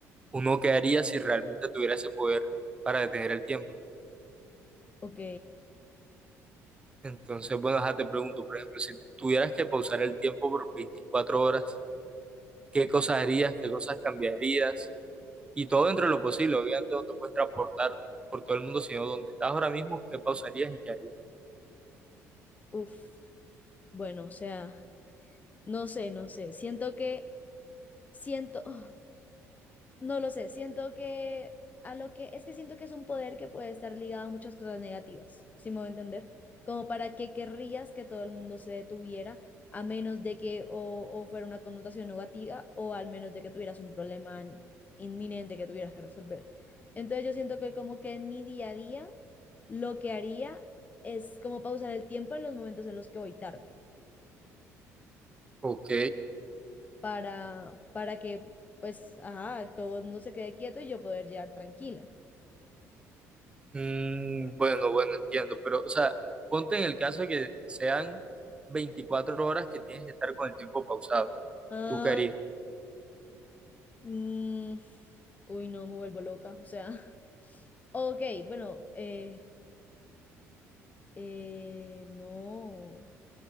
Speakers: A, on the right; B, on the left.
A: uno qué haría si realmente tuviera ese poder para detener el tiempo.
B: Ok,
A: Entonces, bueno, ajá, te pregunto, por ejemplo, si tuvieras que pausar el tiempo por 24 horas, ¿qué cosas harías? ¿Qué cosas cambiarías? Y todo dentro de lo posible. Obviamente no te puedes transportar por todo el mundo, sino donde estás ahora mismo, ¿qué pausarías y qué harías?
B: uff, bueno, o sea... No sé, no sé. Siento que, siento, <sighs> no lo sé. Siento que a lo que, es que siento que es un poder que puede estar ligado a muchas cosas negativas, si me voy a entender. Como para qué querrías que todo el mundo se detuviera, a menos de que o, o fuera una connotación negativa, o al menos de que tuvieras un problema inminente que tuvieras que resolver. Entonces yo siento que como que en mi día a día, lo que haría es como pausar el tiempo en los momentos en los que voy tarde
A: Ok.
B: para, para que pues, ajá, todo el mundo se quede quieto y yo poder llegar tranquila.
A: Mm, bueno, bueno, entiendo. Pero, o sea, ponte en el caso de que sean 24 horas que tienes que estar con el tiempo pausado.
B: Ah,
A: ¿Tú qué harías?
B: mm, uy, no, me vuelvo loca, o sea, <laughs> ok, bueno, eh, eh, no,